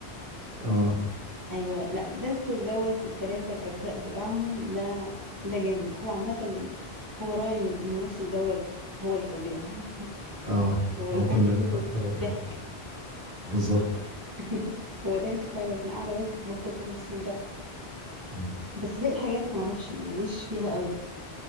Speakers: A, on the right (about 65°); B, on the right (about 20°).
A: اه
B: ايوه لا ديدبول دوت التلاتة الاجزاء بتاعهم ده ده جامد هو عامه هو راين الممثل دوت هو اللي فظيع <laughs>
A: اه
B: هو الفيلم
A: هو كل
B: كله
A: افلام حلوة بجد.
B: ضحك
A: بالظبط
B: <laughs> هو ضحك فعلا انا قاعده بس بفطس على نفسي من الضحك
A: مم.
B: بس باقي الحاجات ما اعرفش يعني ماليش فيها قوي